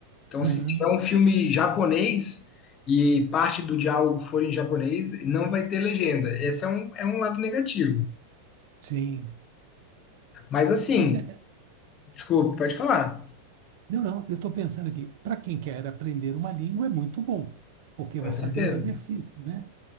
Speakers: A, on the left (about 30°); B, on the right (about 50°).
A: Então,
B: uhum,
A: se tiver um filme japonês e parte do diálogo for em japonês, não vai ter legenda. Esse é um, é um lado negativo.
B: sim.
A: Mas assim,
B: Mas é. é-
A: desculpa, pode falar.
B: Não, não, eu estou pensando aqui, para quem quer aprender uma língua é muito bom, porque vai
A: Com
B: fazer
A: certeza.
B: um exercício, né?